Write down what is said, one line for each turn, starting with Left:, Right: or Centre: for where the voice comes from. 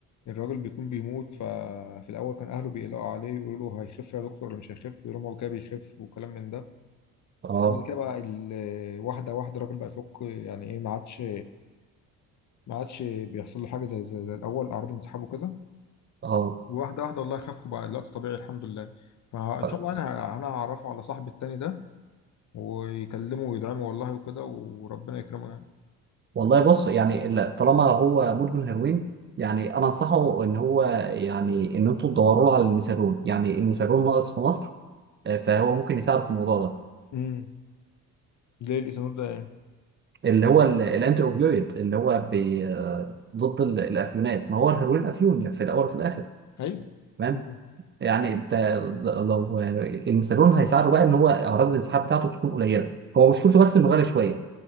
Left: الراجل بيكون بيموت ففي الأول كان أهله بيقلقوا عليه يقولوا له هيخف يا دكتور ولا مش هيخف يقولوا له هو كده بيخف وكلام من ده
Right: اه
Left: بس بعد كده بقى ال- واحدة واحدة الراجل بقى يفك يعني ايه ما عادش ما عادش بيحصل له حاجة زي زي, زي الأول أعراض انسحاب وكده
Right: اه
Left: واحدة واحدة والله خف وبقى الوقت طبيعي الحمد لله فإن
Right: طيب،
Left: شاء الله أنا أنا هعرفه على صاحب التاني ده ويكلمه ويدعمه والله وكده وربنا يكرمه يعني
Right: والله بص يعني ال- طالما هو مدمن هيروين يعني انا انصحه ان هو يعني ان انتوا تدوروا له على الميثادون يعني الميثادون ناقص في مصر آه، فهو ممكن يساعد في الموضوع ده
Left: امم ليه الاسانود ده يعني
Right: اللي هو ال- الانتي اوبيويد اللي هو بي آه، ضد ال- الافيونات ما هو الهيروين افيون يعني في الاول وفي الاخر
Left: أيوه
Right: تمام
Left: مم.
Right: يعني انت ل- لو آه، الميثادون هيساعده بقى ان هو اعراض الانسحاب بتاعته تكون قليله هو مشكلته بس انه غالي شويه